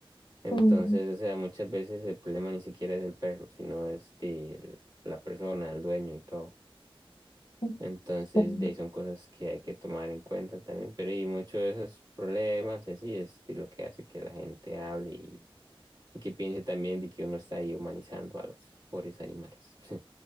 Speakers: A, on the right; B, on the left.
A: Entonces,
B: Mm,
A: o sea, muchas veces el problema ni siquiera es el perro, sino es de la persona, el dueño y todo.
B: mm,
A: Entonces,
B: mm.
A: de ahí son cosas que hay que tomar en cuenta también, pero y muchos de esos problemas y así es de lo que hace que la gente hable y, y que piense también de que uno está ahí humanizando a los pobres animales. <laughs>